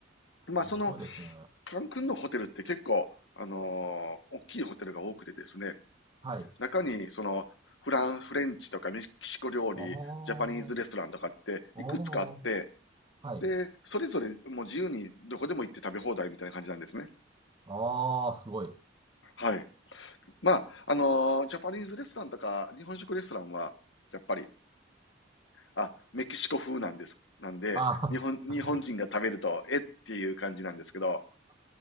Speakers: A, on the left; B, on the right.
A: まあ、
B: 最高ですね。
A: その、カンクンのホテルって結構、あの、大きいホテルが多くてですね、
B: はい。あ
A: 中に、その、フラン、フレンチとかメキシコ料理、
B: あ、お
A: ジャパニーズレストランとかって、
B: ー、
A: いくつかあって、
B: はい。
A: で、それぞれもう自由にどこでも行って食べ放題みたいな感じなんですね。
B: ああ、すごい。
A: はい。まあ、あのージャパニーズレストランとか、日本食レストランは、やっぱり、あ、メキシコ風なんです。なんで、
B: ああ、
A: 日本、日本人が食べると、
B: <laughs>
A: えっていう感じなんですけど、